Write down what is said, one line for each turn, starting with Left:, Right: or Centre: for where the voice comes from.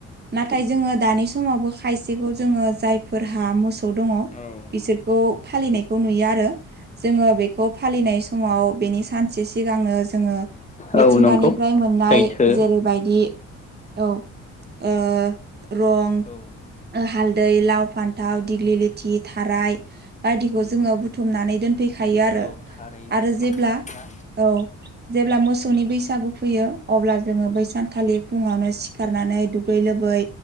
Right: नाथाय जोङो दानि समावबो खायसेखौ जोङो जायफोरहा मोसौ दङ
Left: औ
Right: बिसोरखौ फालिनायखौ नुयो आरो। जोङो बेखौ फालिनाय समाव बेनि सानसे सिगांनो जोङो मिथिंगानिफ्राय
Left: औ नंगौ
Right: मोननाय
Left: सैथो
Right: जेरैबायदि औ ओ रं
Left: औ
Right: ओ हालदै लाव फान्थाव दिग्लि लथि थाराइ बायदिखौ
Left: नंगौ
Right: जोङो बुथुमनानै दोनफैखायो आरो
Left: औ थारैनो
Right: आरो
Left: सैथो
Right: जेब्ला
Left: खोथा
Right: औ जेब्ला मोसौनि बैसागु फैयो अब्ला जोङो बैसांखालि फुङावनो सिखारनानै दुगै लोबै